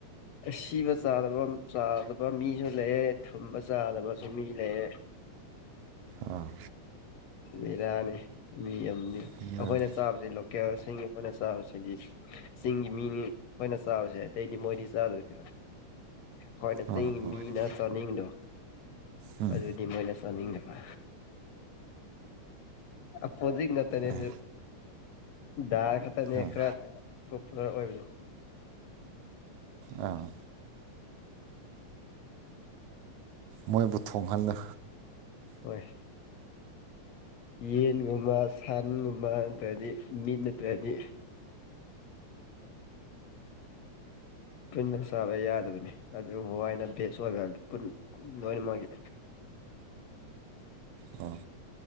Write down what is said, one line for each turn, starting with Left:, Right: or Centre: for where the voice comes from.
Left: ꯁꯤꯕ ꯆꯥꯗꯕ ꯆꯥꯗꯕ ꯃꯤꯁꯨ ꯂꯩꯑꯦ ꯊꯨꯝꯕ ꯆꯥꯗꯕꯁꯨ ꯃꯤ ꯂꯩꯑꯦ
Right: ꯑꯥ
Left: ꯕꯤꯔꯅꯤ ꯃꯤ ꯑꯃꯅꯤ
Right: ꯑꯗꯨꯅꯤ
Left: ꯑꯩꯈꯣꯏꯅ ꯆꯥꯕꯁꯤ ꯂꯣꯀꯦꯜꯁꯤꯡꯒꯤ ꯑꯩꯈꯣꯏꯅ ꯆꯥꯕꯁꯤꯗꯤ ꯆꯤꯡꯒꯤ ꯃꯤꯅꯤ ꯑꯩꯈꯣꯏꯅ ꯆꯥꯕꯁꯦ ꯑꯇꯩꯗꯤ ꯃꯣꯏꯗꯤ ꯆꯥꯗꯣꯏꯅꯤꯕ ꯍꯣꯏꯅ
Right: ꯑꯩꯈꯣꯏꯅ
Left: ꯆꯤꯡꯒꯤ ꯃꯤꯅ ꯆꯅꯤꯡꯗ
Right: ꯎꯝ
Left: ꯑꯗꯨꯗꯤ ꯃꯣꯏꯅ ꯆꯅꯤꯡꯗꯕ ꯑ ꯑꯀꯣꯗꯤꯡ ꯉꯛꯅꯤ
Right: ꯑꯩ
Left: ꯗꯥ ꯈꯛꯇꯅꯦ
Right: ꯑꯥ
Left: ꯈꯔ ꯄꯣꯄꯨꯂꯔ ꯑꯣꯏꯕꯗꯣ
Right: ꯑꯥ ꯃꯣꯏꯕꯨ ꯊꯣꯡꯍꯜꯂꯨ
Left: ꯍꯣꯏ ꯌꯦꯟꯒꯨꯝꯃ ꯁꯟꯒꯨꯝꯕ ꯅꯠꯇ꯭ꯔꯗꯤ ꯃꯤꯠ ꯅꯠꯇ꯭ꯔꯗꯤ ꯄꯨꯟꯅ ꯆꯥꯕ ꯌꯥꯗꯕꯅꯤ ꯑꯗꯨ ꯍꯋꯥꯏꯅ ꯕꯦꯁ ꯑꯣꯏꯕ ꯂꯣꯏ ꯃꯥꯒꯤ
Right: ꯑꯣ